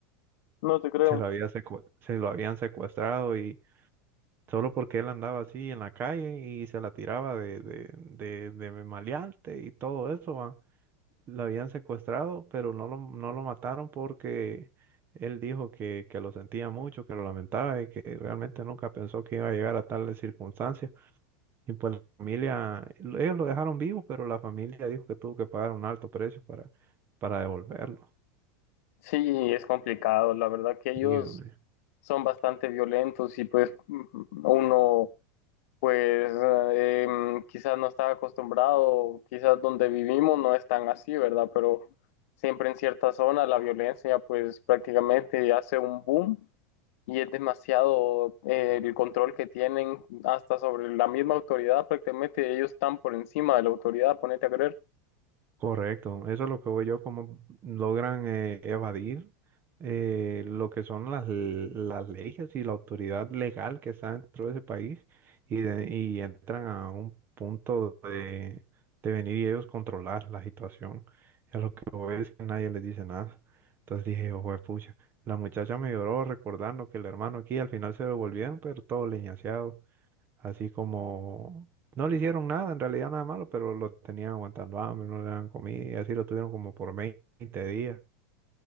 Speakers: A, on the left; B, on the right.
A: No te creo.
B: Se lo había secue- se lo habían secuestrado y solo porque él andaba así en la calle y se la tiraba de, de, de, de maleante y todo eso, va. lo habían secuestrado, pero no lo, no lo mataron porque él dijo que, que lo sentía mucho, que lo lamentaba y que realmente nunca pensó que iba a llegar a tales circunstancias. Y pues la familia, lo- ellos lo dejaron vivo, pero la familia dijo que tuvo que pagar un alto precio para, para devolverlo.
A: Sí, es complicado, la verdad que ellos...
B: Sí, hombre.
A: son bastante violentos y pues mm, uno pues eh, quizás no estaba acostumbrado, quizás donde vivimos no es tan así, ¿verdad? Pero siempre en ciertas zonas la violencia pues prácticamente hace un boom y es demasiado eh, el control que tienen hasta sobre la misma autoridad, prácticamente ellos están por encima de la autoridad, ponete a creer.
B: Correcto, eso es lo que voy yo, cómo logran eh, evadir eh, lo que son las, l- las leyes y la autoridad legal que está dentro de ese país y, de- y entran a un punto de, de venir y ellos controlar la situación. es lo que voy es que nadie les dice nada. Entonces dije, ojo de pucha, la muchacha me lloró recordando que el hermano aquí al final se devolvieron, pero todo leñaseado. Así como no le hicieron nada, en realidad nada malo, pero lo tenían aguantando hambre, no le daban comida y así lo tuvieron como por veinte días.